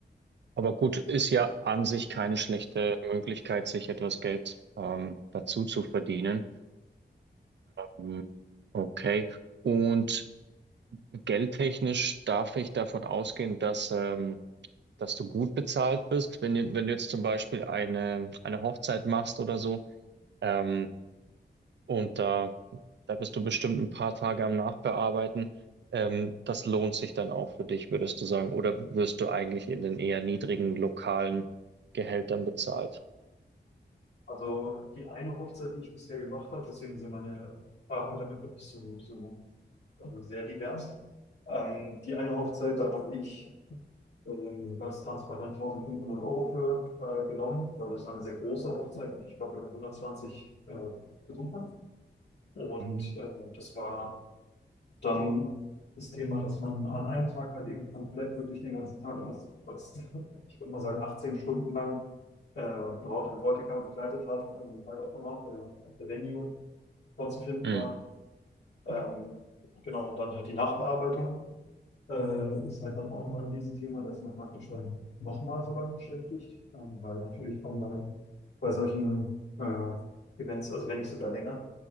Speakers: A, on the right; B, on the left.
A: Aber gut, ist ja an sich keine schlechte Möglichkeit, sich etwas Geld ähm, dazu zu verdienen. Ähm, okay. Und Geldtechnisch darf ich davon ausgehen, dass, ähm, dass du gut bezahlt bist, wenn, du- wenn du jetzt zum Beispiel eine, eine Hochzeit machst oder so. Ähm, und da, da bist du bestimmt ein paar Tage am Nachbearbeiten. Ähm, das lohnt sich dann auch für dich, würdest du sagen. Oder wirst du eigentlich in den eher niedrigen lokalen Gehältern bezahlt?
B: also die eine Hochzeit, die ich bisher gemacht habe, deswegen sind meine Erfahrungen damit wirklich so, so äh, sehr divers. Ähm, die eine Hochzeit, da habe ich ähm, ganz transparent 1500 Euro für äh, genommen, weil das war eine sehr große Hochzeit mit, ich glaube, über 120 äh, Besuchern. Und
A: Mhm.
B: äh, das war Dann das Thema, dass man an einem Tag halt eben komplett wirklich den ganzen Tag, was, was ich würde mal sagen, 18 Stunden lang äh, Braut und Bräutigam begleitet hat und dann halt auch immer der, der Venue vorzufinden
A: Mhm.
B: war. Ähm, genau, und dann halt die Nachbearbeitung äh, ist halt dann auch immer ein Riesenthema, da ist man praktisch dann nochmal so lange beschäftigt, ähm, weil natürlich kommen dann bei solchen äh, Events, also wenn nicht sogar länger,